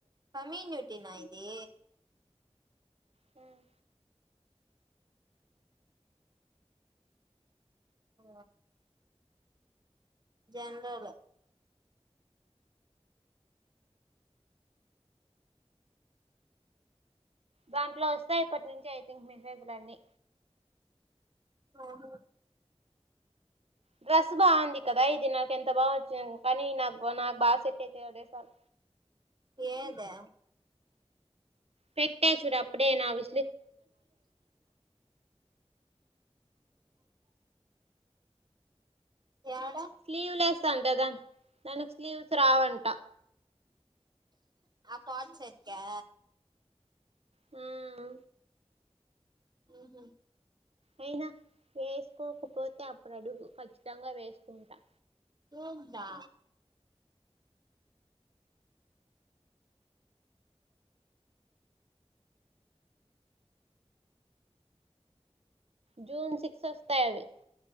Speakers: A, on the right; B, on the right.
A: సమీన్ జూ టీ నా ఇదీ
B: హ్మ్
A: ఆ జన్రల్
B: దాంట్లో వస్తాయ్ ఇప్పటి నుంచి ఐథింక్ మెసేజ్ లన్ని
A: ఓహో
B: డ్రస్ బాగుంది కదా ఇది నాకు ఎంతబా నచ్చింది, కానీ నాక్ బ నాకు బాగా సెట్ అయితే అదే సాల్.
A: యేదా
B: పెట్టా చూడు అప్పుడే నావి
A: యాడ
B: స్లీవ్ లెస్ అంటదా దానికి స్లీవ్స్ రావంట
A: ఆ కాట్ సెట్ క్యా
B: హ్మ్
A: మ్మ్ హ్మ్
B: అయినా వేసుకోకపోతే అప్పుడు అడుగు ఖచ్చితంగా వేసుకుంటా
A: పోగ్దా
B: జూన్ సిక్సస్ తైవి